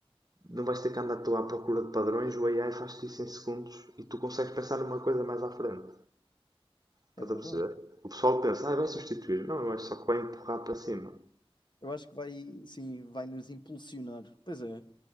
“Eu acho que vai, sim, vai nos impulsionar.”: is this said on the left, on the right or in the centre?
Left